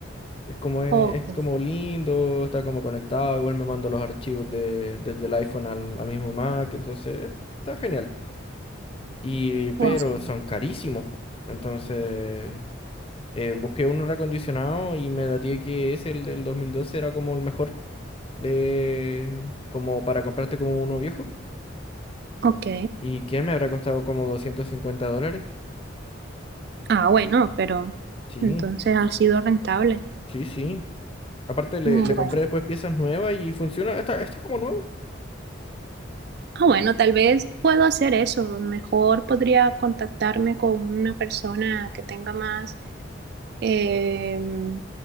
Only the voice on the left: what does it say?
Es como, eh,
es, como lindo, está como conectado, igual me mando los archivos de, desde el iPhone al, al mismo Mac, entonces eh, está genial. Y, pero
son carísimos, po. Entonces... Eh, busqué uno reacondicionado y me daté que ese, el del 2012, era como el mejor de... como para comprarte como uno viejo.
¿Y qué? Me habrá costado como 250 dólares.
Sí,
sí, sí. Aparte le,
le compré después piezas nuevas y funciona. Está, está como nuevo.